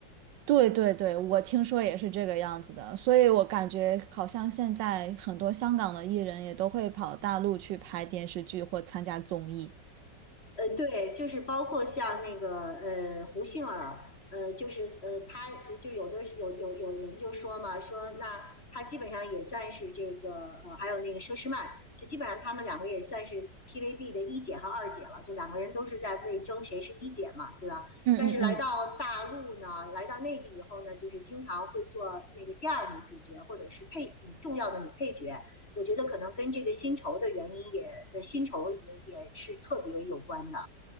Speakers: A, on the right (about 85°); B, on the left (about 35°).
A: 对对对，我听说也是这个样子的，所以我感觉好像现在很多香港的艺人也都会跑大陆去拍电视剧或参加综艺。
B: 呃，对，就是包括像那个呃胡杏儿，呃，就是呃她就有的有有有人就说嘛，说那她基本上也算是这个呃，还有那个佘诗曼，就基本上他们两个也算是 TVB 的一姐和二姐了，就两个人都是在为争谁是一姐嘛，对吧？
A: 嗯嗯嗯，
B: 但是来到大陆呢，来到内地以后呢，就是经常会做那个第二女主角或者是配重要的女配角，我觉得可能跟这个薪酬的原因也，呃薪酬也也是特别有关的。